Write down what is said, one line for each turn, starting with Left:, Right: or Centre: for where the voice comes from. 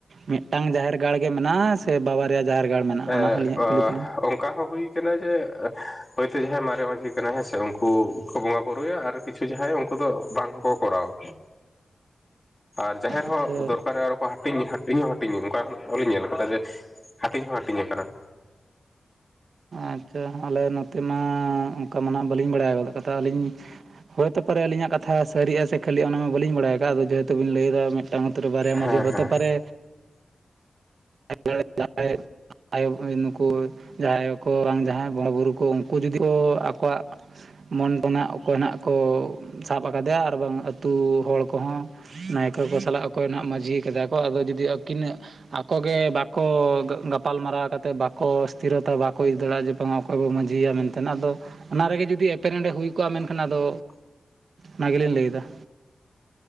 Right: ᱢᱤᱫᱴᱟᱝ ᱡᱟᱦᱮᱨ ᱜᱟᱲ ᱜᱮ ᱢᱮᱱᱟᱜᱼᱟ ᱥᱮ ᱵᱟᱵᱟᱨᱭᱟ ᱡᱟᱦᱮᱨ ᱜᱟᱲ ᱢᱮᱱᱟᱜᱼᱟ
Left: ᱮ
Right: ᱚᱱᱟ ᱦᱚᱸ ᱟᱹᱞᱤᱧᱟᱜ ᱠᱩᱞᱤ
Left: ᱚ
Right: ᱛᱟᱹᱞᱤᱧ
Left: ᱚᱱᱠᱟ ᱦᱚᱸ ᱦᱩᱭ ᱠᱟᱱᱟ ᱡᱮ ᱦᱚᱳᱭᱛᱳ ᱡᱟᱦᱟᱸᱭ ᱢᱟᱨᱮ ᱢᱟᱺᱡᱷᱤ ᱠᱟᱱᱟᱭ ᱦᱮᱸᱥᱮ ᱩᱱᱠᱩ ᱠᱚ ᱵᱚᱸᱜᱟ ᱵᱩᱨᱩᱭᱟ ᱟᱨ ᱠᱤᱪᱷᱩ ᱡᱟᱦᱟᱸᱭ ᱩᱱᱠᱩ ᱫᱚ ᱵᱟᱝ ᱦᱚᱸᱠᱚ ᱠᱚᱨᱟᱣᱟ᱾ ᱟᱨ ᱡᱟᱦᱮᱨ ᱦᱚᱸ
Right: ᱟᱪᱪᱷᱟ
Left: ᱫᱚᱨᱠᱟᱨᱚᱜᱼᱟ ᱟᱨ ᱦᱟᱹᱴᱤᱧ ᱦᱚᱸ ᱦᱟᱹᱴᱤᱧ ᱦᱟᱹᱴᱤᱧᱟ ᱚᱱᱠᱟ ᱠᱷᱚᱱ ᱛᱷᱚᱞᱤᱧ ᱧᱮᱞ ᱟᱠᱟᱫᱟ ᱡᱮ ᱦᱟᱹᱴᱤᱧ ᱦᱚᱸ ᱦᱟᱹᱴᱤᱧ ᱟᱠᱟᱱᱟ᱾
Right: ᱟᱪᱪᱷᱟ ᱟᱞᱮ ᱱᱚᱛᱮ ᱢᱟ ᱚᱱᱠᱟ ᱢᱟ ᱦᱟᱸᱜ ᱵᱟᱹᱞᱤᱧ ᱵᱟᱲᱟᱭ ᱜᱚᱫ ᱠᱟᱛᱷᱟ ᱟᱹᱞᱤᱧ ᱦᱳᱭᱛᱚ ᱯᱚᱨᱮ ᱟᱹᱞᱤᱧᱟᱜ ᱠᱟᱛᱷᱟᱹᱨᱤᱜᱼᱟ ᱥᱮ ᱠᱷᱟᱹᱞᱤᱼᱟ ᱚᱱᱟ ᱢᱟ ᱵᱟᱹᱞᱤᱧ ᱵᱟᱲᱟᱭ ᱟᱠᱟᱜᱼᱟ ᱟᱫᱚ ᱡᱮᱦᱮᱛᱩᱚᱵᱤᱱ ᱞᱟᱹᱭᱮᱫᱟ᱾ ᱢᱤᱫᱴᱟᱝ ᱵᱟᱨᱭᱟ
Left: ᱦᱮᱸ
Right: ᱢᱡᱷᱤ ᱦᱛᱮ
Left: ᱦᱮᱸ
Right: ᱯᱟᱨᱮ ᱟᱛᱳᱨᱮ ᱡᱟᱦᱟᱸᱭ ᱟᱭᱳᱵ ᱦᱚᱭ ᱱᱩᱠᱩ ᱡᱟᱦᱟᱸᱭ ᱠᱚ ᱨᱟᱝ ᱡᱟᱦᱟᱸᱭ ᱵᱚᱸᱜᱟᱼᱵᱳᱩᱨᱩ ᱠᱚ ᱩᱱᱠᱩ ᱡᱩᱫᱤ ᱠᱚ ᱟᱠᱚᱣᱟᱜ ᱢᱚᱱᱯᱚᱱᱟᱜ ᱚᱠᱚᱭ ᱱᱟᱦᱱᱟᱜ ᱠᱚ ᱥᱟᱵ ᱟᱠᱟᱫᱮᱭᱟ ᱟᱨ ᱵᱟᱝᱟᱝ ᱟᱹᱛᱩ ᱦᱚᱲ ᱠᱚᱦᱚᱸ ᱱᱟᱭᱠᱮ ᱠᱚ ᱥᱟᱞᱟᱜ ᱚᱠᱚᱭ ᱱᱟᱦᱟᱜ ᱢᱟᱹᱡᱷᱤ ᱠᱟᱫᱮ ᱠᱚ ᱟᱫᱚ ᱡᱩᱫᱤ ᱟᱹᱠᱤᱱ ᱟ ᱠᱚᱜᱮ ᱵᱟᱠᱚ ᱜᱟᱯᱟᱞᱢᱟᱨᱟᱣ ᱠᱟᱛᱮᱫ ᱵᱟᱠᱚ ᱥᱛᱷᱤᱨᱚᱛᱟ ᱵᱟᱠᱚ ᱤᱫ ᱫᱟᱲᱮᱭᱟᱜᱼᱟ ᱡᱮ ᱚᱝᱼᱟ ᱚᱠᱚᱭ ᱵᱚ ᱢᱟᱺᱡᱷᱤᱭᱟ ᱢᱮᱱᱛᱮ ᱟᱫᱚ ᱚᱱᱟ ᱨᱮᱜᱮ ᱡᱩᱫᱤ ᱮᱯᱮᱨᱮᱰᱸ ᱦᱩᱭ ᱠᱚᱜᱼᱟ ᱢᱮᱱᱠᱷᱟᱱ ᱟᱫᱚ,
Left: <inaudible>
Right: ᱚᱱᱟ ᱜᱮᱞᱤᱧ ᱞᱟᱹᱭᱮᱫᱟ᱾